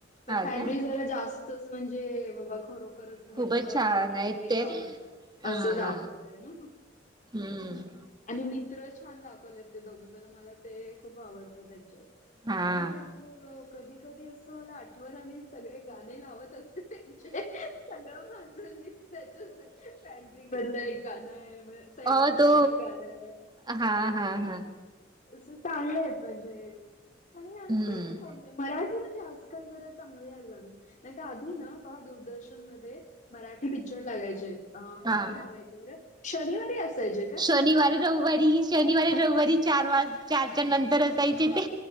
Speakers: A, on the left (about 40°); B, on the right (about 20°).
A: पण
B: हा
A: फॅन्ड्री
B: का
A: ज मध्ये जरा जास्तच म्हणजे बाबा खर च घडतय,
B: खूपच छान
A: कुठल्या
B: आहे
A: तरी
B: ते
A: गावात
B: हा
A: असं दाखवलंय ना?
B: हम्म
A: ह ह. आणि मित्र छान दाखवलेत, ते दोघं जण मला ते खूप आवडतं त्यांच्यात.
B: हा.
A: मी आपलं कधी कधी असं मला आठवण आणि सगळे गाणे लावत असते त्यांचे. <inaudible> सगळं माझं लिस् त्याचच ये फॅन्ड्री मधलं एक गाणंय सैराट
B: अ
A: मधलं
B: तो
A: गाणंय.
B: हा. हा. हा.
A: अस चांगलेत म्हणजे आणि आणखी
B: हम्म
A: कोणते मराठी म्हणजे अस आजकाल जरा चांगले यायला लागले, नाही तर आधी ना, पा दूरदर्शन मध्ये मराठी पिक्चर लागायचे, आ
B: हा.
A: कधी लागायचे बर, शनिवारी असायचे काय?
B: शनिवारी- रववारी, शनिवारी- रववारी चार वाज चारच्या नंतर असायचे ते.